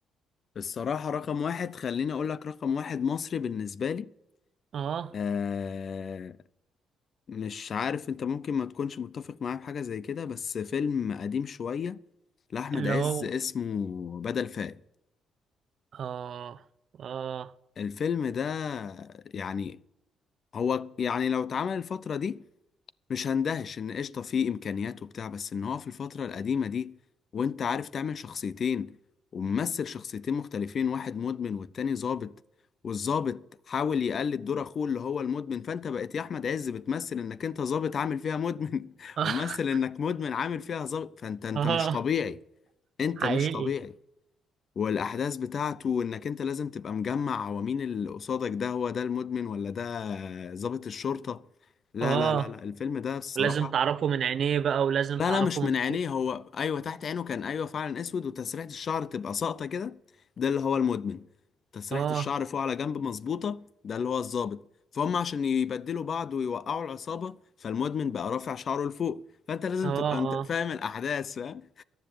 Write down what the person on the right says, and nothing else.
اه
اللي
هو
اه اه
<laughs>
اه
حقيقي
اه
ولازم تعرفه من عينيه بقى ولازم
تعرفه
من
اه
اه
اه